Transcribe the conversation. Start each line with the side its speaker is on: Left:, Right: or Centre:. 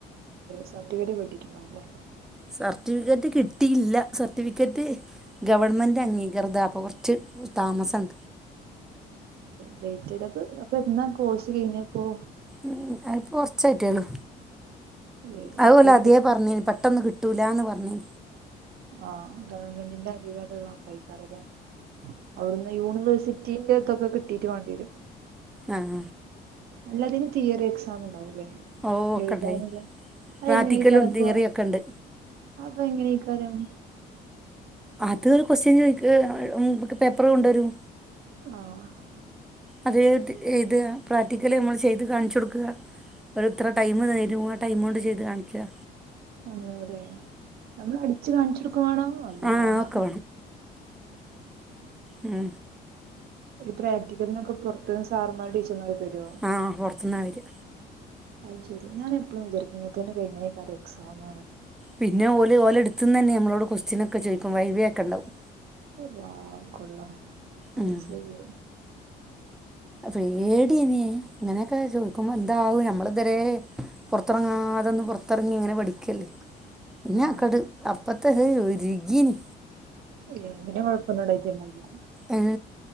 Right: സർട്ടിഫിക്കറ്റ് കിട്ടിട്ടുണ്ടാവും ല്ലേ
Centre: സർട്ടിഫിക്കറ്റ് കിട്ടിയില്ല സർട്ടിഫിക്കറ്റ് ഗവൺമെന്റ് അംഗീകൃത അപ്പൊ കുറച്ച് താമസം
Right: ഡേറ്റ് അപ്പൊ എന്നാ കോഴ്സ് കഴഞ്ഞപ്പോ
Centre: ഉ അ കുറച്ച് ആയിട്ടേയുള്ളൂ
Right: ഏഹ്
Centre: അത്
Right: സർട്ടിഫിക്കറ്റ്
Centre: ഓല് ആദ്യ
Right: കിട്ടാ
Centre: പറഞ്ഞീന് പെട്ടന്ന് കിട്ടി തുലന്ന് പറഞ്ഞ്
Right: ആഹ ഗവൺമെന്റിന്റെ അംഗീകാരം ഉള്ളായിക്കാരം അല്ലേ അവിടുന്ന് യൂണ് യിവേഴ്സിറ്റിന്റെ ഇതൊക്കെ കിട്ടിയിട്ട് വാണ്ടി വരും
Centre: ആഹ
Right: അല്ല ഇതിന് തീയറി എക്സാം ഉണ്ടാവൂല്ലേ
Centre: ഓ ഒക്കെ
Right: എഴുതാറില്ല
Centre: ഉണ്ടായി പ്രാക്ടിക്കലും
Right: എങ്ങനെയ്കാരംഅപ്പം
Centre: തിയറിയും ഒക്കെ ഉണ്ട്
Right: അപ്പൊ എങ്ങനെ കാരം
Centre: അത് ഒരു കൊക്വസ്റ്റ്യൻ ചോയി പേപ്പർ കൊണ്ടോരും
Right: ആഹ്
Centre: അത് എഴുത പ്രാക്ടിക്കല് നമ്മള് ചെയ്ത് കാണിച്ച് കൊട്ക്ക ഒരു ഇത്ര ടൈം തരും ആ ടൈം കൊണ്ട് ചെയ്ത് കാണിക്ക
Right: അതല്ലേ നമ്മൾ അടിച്ചു കാണിച്ചു കൊടുകും വാണം അല്ലാഹ്
Centre: ആ ഒക്കെ ഉം
Right: ഈ പ്രാക്ടിക്കലന്നൊക്കെ പുറത്തന്ന് സമാർ ടീച്ചർമാർ ഒക്കെ വരോ
Centre: ആ പുറത്തുനിന്നാണ് വരിക
Right: അത് ശരി ഞാൻ എപ്പളും ചാരിക്കും ഇങ്ങനത്തെയ്നൊക്കെ എങ്ങനെയ്കാരം എക്സാം
Centre: പിന്നെ ഓല് ഓലെടുത്ത് തന്നെ നമ്മളോട് കൊക്വസ്റ്റിനൊക്കെ ചോദിക്കും വൈവിയൊക്കെ ഉണ്ടാവും
Right: വാവ് കൊള്ളാം അത്
Centre: ഉം
Right: ശരി
Centre: പേടിഎനി ഇങ്ങനെയൊക്കെ ചോദിക്കുമ്പോ എന്താവും നമ്മള് ഇതരെ പുറത്തറങ്ങാ തൊന്ന് പുറത്തിറങ്ങി ഇങ്ങനെ പഠിക്കല്ലേ ഞാ
Right: ആഹ്
Centre: കടു അപ്പർത്തത് ഹ ഒരുകീണ്
Right: ഏ ഇങ്ങനെ കൊഴപ്പൊന്നും ഉണ്ടായിട്ടന്നല്ല
Centre: ഏ